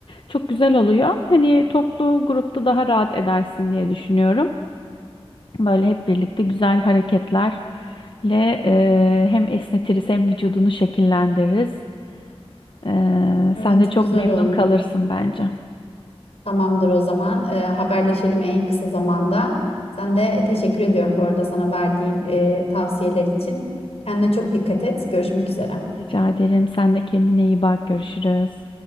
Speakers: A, on the left; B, on the left.
A: Çok güzel oluyor. Hani toplu grupta daha rahat edersin diye düşünüyorum. Böyle hep birlikte güzel hareketlerle e, hem esnetiriz hem vücudunu şekillendiririz. Ee,
B: Evet
A: sen de çok
B: güzel
A: memnun
B: olur.
A: kalırsın bence.
B: Tamamdır o zaman. Ee, haberleşelim en kısa zamanda. Sen de teşekkür ediyorum bu arada sana verdiğin e, tavsiyeler için. Kendine çok dikkat et. Görüşmek üzere.
A: Rica ederim. Sen de kendine iyi bak. Görüşürüz.